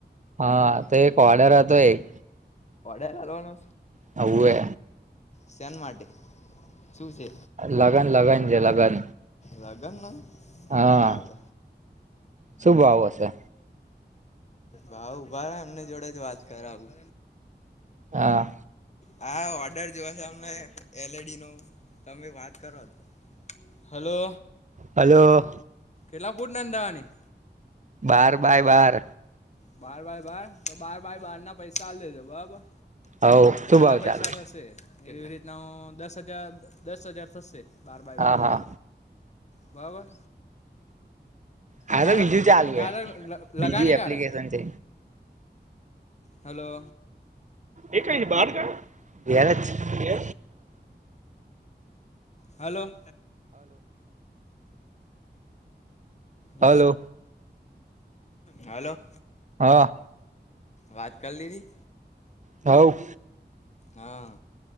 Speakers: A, on the right; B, on the left.
A: હા તો એક ઓર્ડર હતો એક
B: ઓડર આલ્વાનો
A: હઉવે
B: શેન માટે શું છે?
A: લગન લગન છે લગન
B: લગન નો
A: હા
B: બરાબર
A: શું ભાવ હશે
B: ભાવ ઉભા એમની જોડે જ વાત કરાવું.
A: હા.
B: હા ઓર્ડર મને એલડી નો તમે વાત કરો તો હલો
A: હલોો
B: એલા ફૂટનનેંદાવાની
A: બાર બાય બાર
B: બાર ભાય બાર તો બાર ભાય બાર ના પૈસા ચાલ દેજો બરાબર
A: હોવ શું
B: આટલા
A: ભાવ
B: પૈસા
A: ચાલે
B: થશે
A: છે
B: એવી રીતના હ દસ હજાર દસ હજાર થશે બાર બાય
A: હા
B: બાર
A: હા
B: ના બરાબર
A: હા
B: કારે
A: તો બીજું
B: બુક કરા
A: ચાલુ
B: કારે
A: હ બીજું
B: લગાણી
A: એપ્લિકેશન
B: કારે
A: છે
B: હલો
A: એ કઈ છે બાર ગયો? ઘરે અજ છે
B: હાલો
A: હલો
B: લે હલો
A: હા
B: વાત કર લીધી
A: હ
B: હા